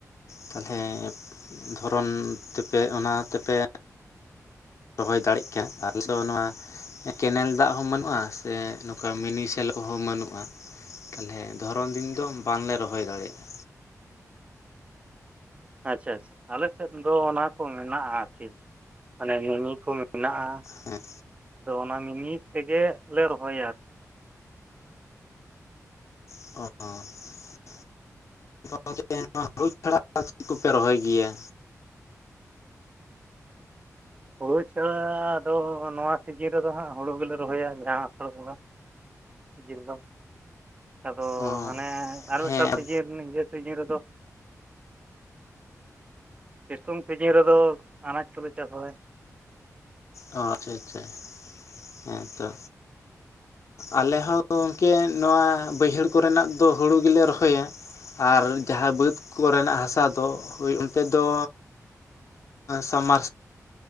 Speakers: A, on the left; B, on the right.
A: ᱛᱟᱦᱚᱞᱮ ᱫᱷᱚᱨᱚᱱ ᱛᱮᱯᱮ ᱚᱱᱟ ᱛᱮᱯᱮ ᱨᱚᱦᱚᱭ ᱫᱟᱲᱮᱜ ᱠᱟᱱᱟ ᱟ <unintelligible> ᱱᱚᱣ ᱠᱮᱱᱮᱞ ᱫᱟᱜ ᱦᱚᱸ ᱵᱟᱹᱱᱩᱜᱼᱟ, ᱥᱮ ᱱᱚᱝᱠᱟ ᱢᱤᱱᱤ ᱥᱮᱞᱳ ᱦᱚᱸ ᱵᱟᱹᱱᱩᱜᱼᱟ ᱾ ᱛᱟᱞᱦᱮ ᱫᱷᱚᱨᱚᱢ ᱫᱤᱱ ᱫᱚ ᱵᱟᱝᱞᱮ ᱨᱚᱦᱚᱭ ᱫᱟᱲᱮᱭᱟᱜᱼᱟ
B: ᱟᱪᱪᱷᱟ ᱟᱪᱪᱷᱟ ᱟᱞᱮ ᱥᱮᱫ ᱫᱚ ᱚᱱᱟ ᱠᱚ ᱢᱮᱱᱟᱜᱼᱟ ᱟᱨᱠᱤ ᱢᱟᱱᱮ <inaudible> ᱠᱚ ᱢᱮᱱᱟᱜᱼᱟ
A: ᱦᱮᱸ
B: ᱟᱫᱚ ᱚᱱᱟ ᱢᱤᱢᱤ ᱛᱮᱜᱮ ᱞᱮ ᱨᱚᱦᱚᱭᱟ ᱟᱨᱠᱤ
A: ᱚ ᱱᱚᱜ ᱡᱮ ᱱᱚᱣᱟ ᱦᱩᱲᱩ ᱪᱷᱟᱲᱟ ᱪᱮᱫ ᱠᱚᱯᱮ <unintelligible> ᱨᱚᱦᱚᱭ ᱜᱮᱭᱟ
B: ᱦᱩᱲᱩ ᱪᱷᱟᱲᱟ ᱫᱚ ᱱᱚᱣᱟ ᱥᱤᱡᱤᱱ ᱨᱮᱫᱚ ᱦᱟᱸᱜ ᱦᱩᱲᱩ ᱜᱮᱞᱮ ᱨᱚᱦᱚᱭᱟ ᱡᱟᱦᱟᱸ ᱟᱥᱟᱲ ᱵᱚᱸᱜᱟ ᱥᱤᱡᱤᱱ ᱫᱚ ᱟᱫᱚ
A: ᱚ
B: ᱦᱟᱱᱮ ᱟᱨᱦᱚ
A: ᱦᱮᱸ
B: ᱮᱴᱟᱜ ᱥᱤᱡᱤᱱ ᱤᱭᱟᱹ ᱥᱤᱡᱤᱱ ᱨᱮᱫᱚ ᱥᱤᱛᱩᱝ ᱥᱤᱡᱤᱱ ᱨᱮᱫᱚ ᱟᱱᱟᱡᱽ ᱠᱚᱞᱮ ᱪᱟᱥ ᱵᱟᱲᱟᱭᱟ
A: ᱚ ᱟᱪᱪᱷᱟ ᱟᱪᱪᱷᱟ ᱦᱮᱸ ᱛᱚ ᱟᱞᱮ ᱦᱚᱸ ᱜᱚᱢᱠᱮ ᱱᱚᱣᱟ ᱵᱟᱹᱭᱦᱟᱹᱲ ᱠᱚᱨᱮᱱᱟᱜ ᱫᱚ ᱦᱩᱲᱩ ᱜᱮᱞᱮ ᱨᱚᱦᱚᱭᱟ ᱟᱨ ᱡᱟᱦᱟᱸ ᱵᱟᱹᱫᱽ ᱠᱚᱨᱮᱱᱟᱜ ᱦᱟᱥᱟ ᱛᱚ ᱦᱳᱭ ᱚᱱᱛᱮ ᱫᱚ ᱥᱟᱢᱟᱨᱥᱟᱞ